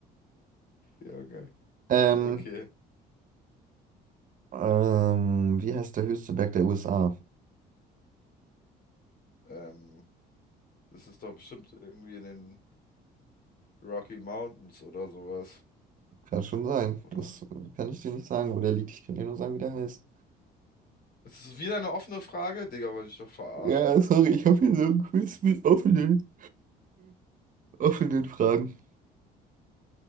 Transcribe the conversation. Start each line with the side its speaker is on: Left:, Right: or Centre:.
Left: Junge.
Right: Ähm,
Left: Okay.
Right: ähm, wie heißt der höchste Berg der USA?
Left: Ähm, das ist doch bestimmt irgendwie in den Rocky Mountains oder sowas.
Right: Kann schon sein.
Left: Oder?
Right: Das kann ich dir nicht sagen, wo der liegt. Ich kann dir nur sagen, wie der heißt.
Left: Es ist wieder eine offene Frage? Digga, wollte ich doch verarschen.
Right: Ja, sorry, ich habe hier so ein Quiz mit offenen, <laughs> offenen Fragen.